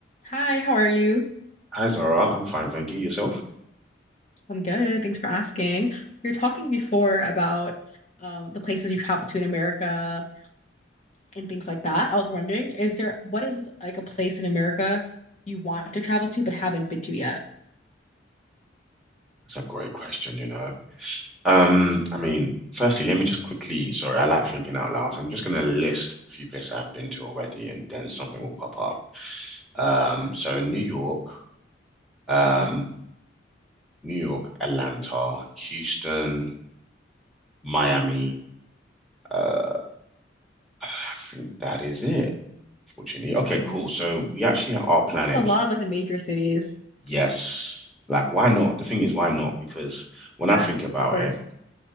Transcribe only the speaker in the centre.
Hi Zara, I'm fine, thank you. Yourself?
That's a great question, you know. Um, I mean, firstly, let me just quickly, sorry, I like thinking out loud. so I'm just gonna list a few places I've been to already and then something will pop
up. Um,
so New York, um,
New York, Atlanta, Houston, Miami. Uh, I think that is it, fortunately. Okay,
cool. So we actually are planning,
yes.
Like, why not? The thing is, why not? Because when
I think about
it,